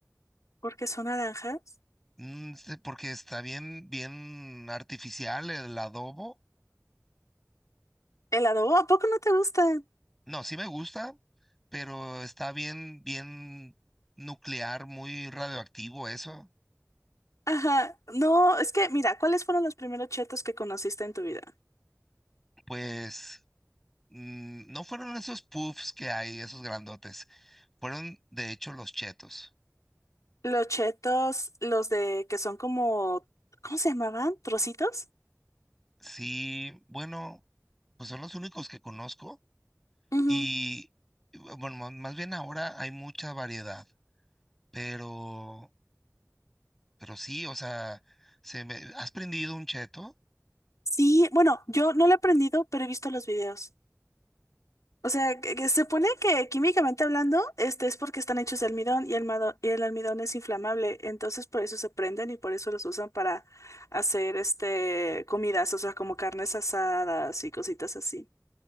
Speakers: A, on the left; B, in the centre.
A: Porque son naranjas.
B: Mm, sé- porque está bien, bien artificial el adobo.
A: ¿Helado? Oh, ¿A poco no te gustan?
B: No, sí me gusta, pero está bien, bien nuclear, muy radioactivo eso.
A: Ajá. No, es que, mira, ¿cuáles fueron los primeros Chetos que conociste en tu vida?
B: Pues mm, no fueron esos puffs que hay, esos grandotes. Fueron, de hecho, los chetos.
A: Los Chetos, los de que son como, ¿cómo se llamaban? ¿Trocitos?
B: Sí, bueno, pues son los únicos que conozco.
A: Ujú.
B: Y bueno, más más bien ahora hay mucha variedad. Pero, pero sí, o sea, se me- ¿has prendido un cheto?
A: Sí, bueno, yo no lo he aprendido, pero he visto los videos. O sea, que, que se supone que químicamente hablando, este es porque están hechos de almidón y el, mado- y el almidón es inflamable, entonces por eso se prenden y por eso los usan para hacer este comidas, o sea, como carnes asadas y cositas así.